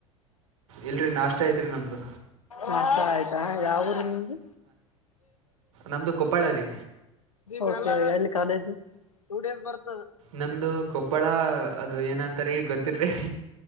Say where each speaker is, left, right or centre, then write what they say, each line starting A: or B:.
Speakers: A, on the right (about 70°); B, on the left (about 90°).
A: ಇಲ್ರರಿ ನಾಷ್ಟ ಐತ್ರಿ ನಮ್ದು
B: ನಾಷ್ಟ ಆಯ್ತಾ ಯಾವಊರು ನಿಮ್ದು
A: ನಮ್ದು ಕೊಪ್ಪಾಳರಿ
B: ಓಕೆ ಎಲ್ಲಿ ಕಾಲೇಜ್ ಟು ಡೇಸ್ ಬರ್ತ
A: ನಮ್ದು ಕೊಪ್ಪಳ ಅದು ಏನಂತಾರ ಈಗ ಗೊತ್ತಿಲ್ರಿ